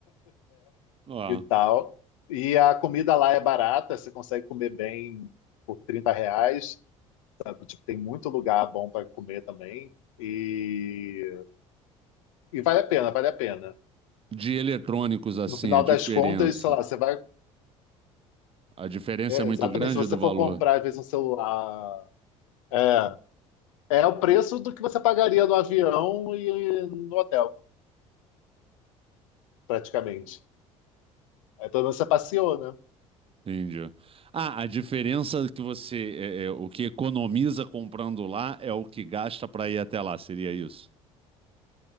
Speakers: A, on the right; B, on the left.
A: Ó,
B: e tal. E a comida lá é barata, você consegue comer bem por trinta reais. sabe? Tipo, tem muito lugar bom para comer também. E, e vale a pena, vale a pena.
A: de eletrônicos, assim,
B: No final
A: a diferença.
B: das contas, sei lá, você vai.
A: A diferença
B: é,
A: é muito
B: exatamente,
A: grande
B: se você
A: do valor.
B: for comprar, às vezes, um celular. é, É o preço do que você pagaria no avião e no hotel, praticamente. Aí pelo menos você passeou, né?
A: Entendi. Ah, a diferença que você, é, é, o que economiza comprando lá é o que gasta para ir até lá, seria isso?